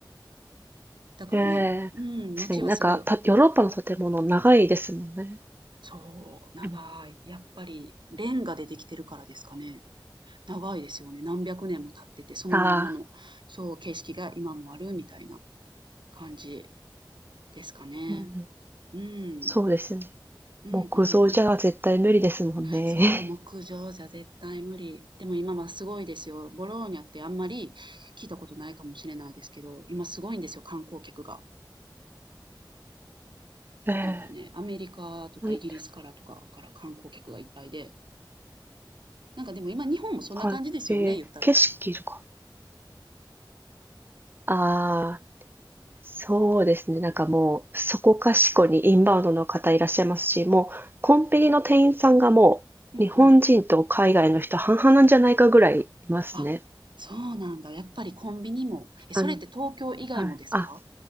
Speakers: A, on the right; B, on the right.
A: だからね、
B: ええ、
A: うん、街はすごい、
B: 確かになんか、たヨーロッパの建物長いですもんね。
A: そう、長い。
B: うん。
A: やっぱりレンガでできてるからですかね。長いですよね。何百年も経ってて、そのまんまの、
B: ああ、
A: そう、景色が今もあるみたいな感じですかね。
B: うんうん、
A: うん。
B: そうですよね。
A: うんうんうん。
B: 木造じゃ絶対無理ですもんね。
A: そう、木上じゃ絶対無理。でも今はすごいですよ。ボローニャってあんまり聞いたことないかもしれないですけど、今すごいんですよ、観光客が。
B: <laughs>
A: なんかね、
B: ええ、
A: アメリカとかイギリスからとかから観光客がいっぱいで。
B: はい、
A: なんかでも今日本もそんな感じですよね、
B: はい。えー景色とか。
A: 言ったら。
B: ああ、そうですね、なんかもう、そこかしこにインバウンドの方いらっしゃいますし、もうコンビニの店員さんがもう、
A: うんうん。
B: 日本人と海外の人半々なんじゃないかぐらいいますね。
A: あ、そうなんだ。やっぱりコンビニも。え、それって東京以外もですか
B: あの、はい、あ